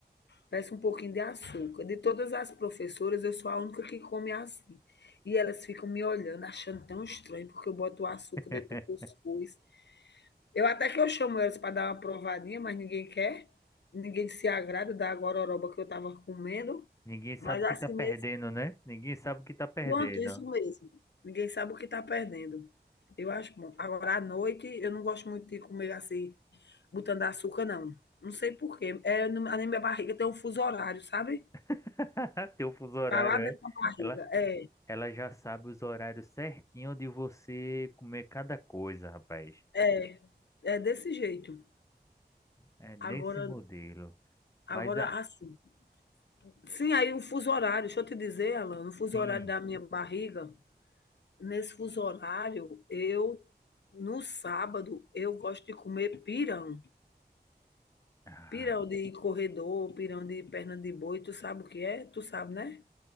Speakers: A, on the left (about 85°); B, on the left (about 15°).
A: peço um pouquinho de açúcar. De todas as professoras, eu sou a única que come assim. E elas ficam me olhando, achando tão estranho, porque eu boto o açúcar
B: <laughs>
A: dentro do cuscuz. Eu até que eu chamo eles para dar uma provadinha, mas ninguém quer. Ninguém se agrada da gororoba que eu estava comendo.
B: Ninguém sabe
A: Mas
B: o
A: assim
B: que tá perdendo,
A: mesmo,
B: né? Ninguém sabe o que tá perdendo.
A: pronto, isso mesmo. Ninguém sabe o que está perdendo. Eu acho bom. Agora, à noite, eu não gosto muito de comer assim, botando açúcar, não. Não sei por quê. É, no- na minha barriga tem um fuso horário, sabe?
B: <laughs> Teu fuso horário,
A: Tá lá
B: é?
A: dentro da barriga.
B: Ela,
A: É,
B: ela já sabe os horários certinho de você comer cada coisa, rapaz.
A: é, é desse jeito.
B: É nesse
A: Agora,
B: modelo.
A: agora
B: Mas, a
A: assim. Sim, aí o fuso horário, deixa eu te dizer, Alan, o fuso
B: sim.
A: horário da minha barriga nesse fuso horário, eu no sábado eu gosto de comer pirão.
B: Ah,
A: Pirão de corredor, pirão de perna de boi, tu sabe o que é? Tu sabe, né?